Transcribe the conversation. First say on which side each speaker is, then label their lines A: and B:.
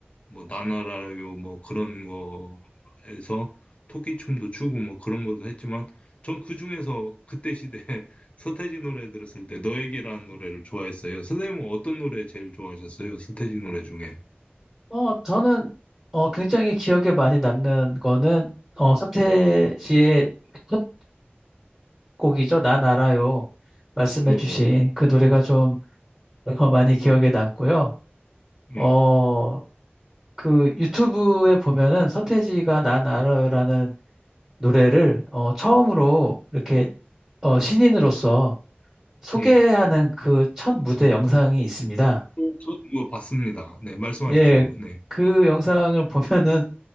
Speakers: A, on the left (about 35°); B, in the centre.
A: 뭐 나나라요 뭐 그런 거에서 토끼춤도 추고 뭐 그런 것도 했지만 전 그중에서 그때 시대 <laughs> 서태지 노래 들었을 때 너에게라는 노래를 좋아했어요. 선생님은 어떤 노래 제일 좋아하셨어요? 서태지 노래 중에.
B: 어, 저는 어, 굉장히 기억에 많이 남는 거는 어, 서태지의
A: 예,
B: 첫 곡이죠. 난 알아요. 말씀해주신
A: 예,
B: 그 노래가 좀 어, 많이 기억에 남고요.
A: 예.
B: 어, 그 유튜브에 보면은 서태지가 난 알아요라는 노래를 어, 처음으로 이렇게 어, 신인으로서 소개하는
A: 예.
B: 그 첫 무대 영상이 있습니다.
A: 어, 저도 이거 봤습니다. 네, 말씀하십시오.
B: 예,
A: 네.
B: 그 영상을 보면은